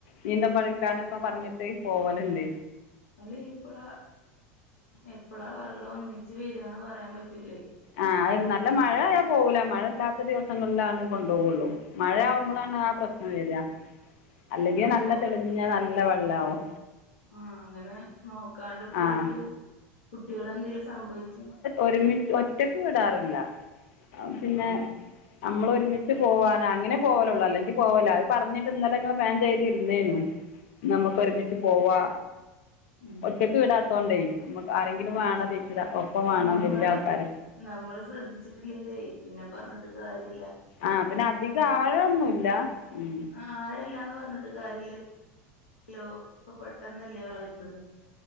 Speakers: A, on the left; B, on the left.
A: നീന്തം പഠിക്കാനൊക്കെ പർഞ്ഞിട്ട് പോവല്ണ്ട്
B: അല്ലേ എപ്പെളാ എപ്പെളാ വെള്ളം ഒന്നിച്ച് വെരാന്ന് പറയാൻ പറ്റൂലേ
A: ആഹ് അത് നല്ല
B: അപ്പൊ
A: മഴായ പോവൂല മഴ ഇല്ലാത്ത ദിവസങ്ങൾലാണ് കൊണ്ടാേവാെള്ളു മഴെയാവുമ്പളാണ്
B: ആഹ്
A: ആ പ്രശ്നം വര്വ അല്ലെങ്കി
B: അപ്പൊ
A: നല്ല തെളിഞ്ഞ നല്ല വെള്ളാവും
B: ആഹ് അങ്ങെനെ നോക്കാണ്ട് പോയിട്ട്
A: ആഹ്
B: കുട്ടികളെന്തേലും സംഭവിച്ച
A: ഒരുമിച് ഒറ്റെക്ക് വിടാറില്ല അഹ് പിന്നെ
B: ആഹ്
A: ഞമ്മള് ഒരുമിച്ച് പോവാനാ അങ്ങെനെ പോവെലാെള്ളൂ അല്ലെങ്കി പോവല്ലാ അത് പർഞ്ഞിട്ട് ഇന്നലെ ങ്ങള് പ്ലാൻ ചെയ്ത്‌ര്ന്നേനി
B: <inaudible>
A: നമ്ക്ക് ഒര്മിച്ച് പോവാ
B: ഉം
A: ഒറ്റെക്ക് വിടാത്തോണ്ടേ നമ്ക് ആരെങ്കി
B: ആഹ്
A: വാണം രക്ഷിത ഒപ്പം വാണം
B: നമ്മള്
A: വെല്ല്യെ ആൾക്കാര്
B: നമ്മള് ശ്രെദ്ധിച്ചിട്ടില്ലെങ്കിലേ പിന്നെ പർഞ്ഞിട്ട് കാര്യല്ല
A: ആഹ് പിന്നെ അധികാഴെന്നൂല്ലാ ഉം
B: ആഹ് ആഴല്ലാന്ന് പർഞ്ഞിട്ട് കാര്യല്ല ലോ ഇപ്പൊ പെട്ടെന്നെല്ലേ വളവര്ന്നത്